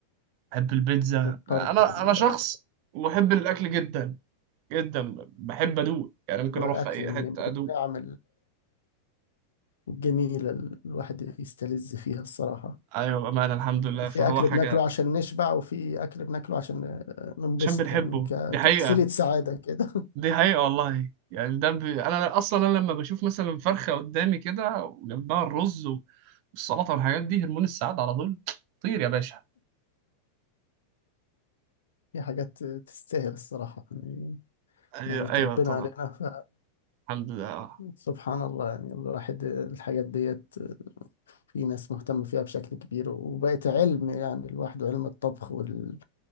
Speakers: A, on the right; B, on the left.
A: أحب البيتزا
B: الطرب
A: أنا
B: وال...
A: أنا شخص محب الأكل جدا جدا بحب أدوق يعني ممكن
B: والأكل
A: أروح في أي
B: من
A: حتة
B: من
A: أدوق
B: النعم جميلة الواحد يستلذ فيها الصراحة
A: أيوة بأمانة الحمد لله
B: في
A: فهو
B: أكل
A: حاجة
B: بناكله عشان نشبع وفي أكل بناكله عشان آه، ننبسط
A: عشان بنحبه
B: يعني ك...
A: دي حقيقة
B: كوسيلة سعادة كده
A: دي حقيقة والله يعني ده ب... أنا أصلا أنا لما بشوف مثلا فرخة قدامي كده وجنبها الرز والسلطة والحاجات دي هرمون السعادة على طول طير يا باشا
B: <laughs> في حاجات تستاهل الصراحة يعني
A: أيوة,
B: نعمة
A: أيوة
B: ربنا
A: طبعا
B: علينا ف...
A: الحمد لله أه
B: سبحان الله يعني الواحد الحاجات ديت في ناس مهتمة فيها بشكل كبير وبقت علم يعني الواحد علم الطبخ وال...